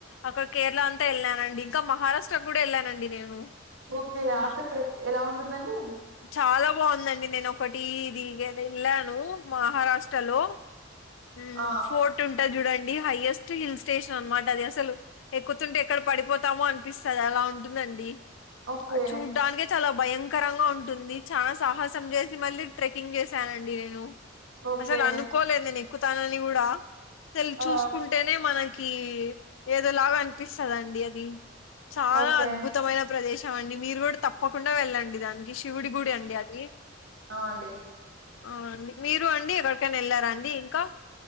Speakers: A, on the left; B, on the right.
A: అక్కడ కేరళ అంతా ఎళ్ళానండి ఇంకా మహారాష్ట్ర కూడా ఎళ్ళానండి నేను
B: ఓకే
A: మా
B: అక్కడ ఎక్ ఎలా ఉంటుందండి
A: చాలా బాగుందండి నేను ఒకటి వీకెండ్ ఎళ్లాను మహారాష్ట్రలో హ్మ్.
B: ఆ
A: ఫోర్ట్ ఉంటది చూడండి హైయెస్ట్ హిల్ స్టేషన్ అనమాట అది అసలు ఎక్కుతుంటే ఎక్కడ పడిపోతామో అనిపిస్తది అలా ఉంటుందండి
B: ఓకే
A: చూడ్డానికే చాలా భయంకరంగా ఉంటుంది చానా సాహసం చేసి మళ్ళీ ట్రెక్కింగ్ చేశానండి నేను
B: ఓకే
A: అసలు అనుకోలేదు నేను ఎక్కుతానని కూడా అసలు చూసుకుంటేనే
B: ఆ
A: మన కి ఏదోలాగా అనిపిస్తాదండి అది చాలా
B: ఓకే
A: అద్భుతమైన ప్రదేశ మండి మీరు కూడా తప్పకుండా వెళ్ళండి దానికి శివుడి గుడి అండి అది
B: ఆ అండి
A: ఆ అండి మీరు అండి ఎక్కడికైనా ఎళ్ళారాండి ఇంకా